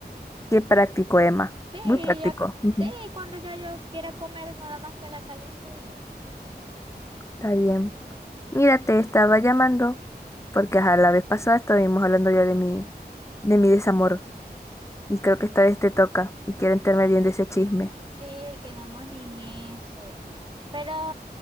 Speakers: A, on the left; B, on the right.
A: Qué práctico, Emma.
B: Sí,
A: Muy práctico.
B: ya,
A: Ujú.
B: sí, cuando ya yo quiera comer, nada más que la caliento y ya.
A: Está bien. Mira, te estaba llamando porque ajá, la vez pasada estuvimos hablando ya de mi, de mi desamor y creo
B: Sí.
A: que esta vez te toca y quiero enterarme bien de ese chisme.
B: Sí, quedamos en eso. Pero